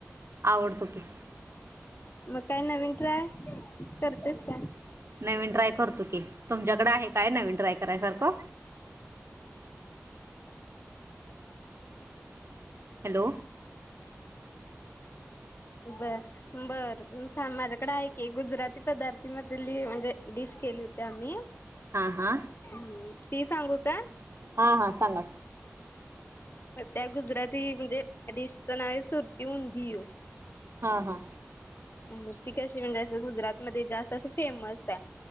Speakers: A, on the right (about 65°); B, on the left (about 50°).
A: आवडतो की.
B: मग काय नवीन ट्राय करतेस काय?
A: नवीन ट्राय करतो की तुमच्याकडे आहे काय नवीन ट्राय करायसारखं हॅलो.
B: बर बर थांब माझ्याकडे आहे की गुजराती पदार्थी मधली म्हणजे डिश केली होती आम्ही.
A: हा हा.
B: हम्म ती सांगू क का?
A: हां हां सांगा.
B: त्या गुजराती म्हणजे डिश च नाव आहे सुरती उंदियू.
A: हा हा.
B: म ती कशी म्हणजे असं गुजरात मध्ये जास्त अस फेमस हाय.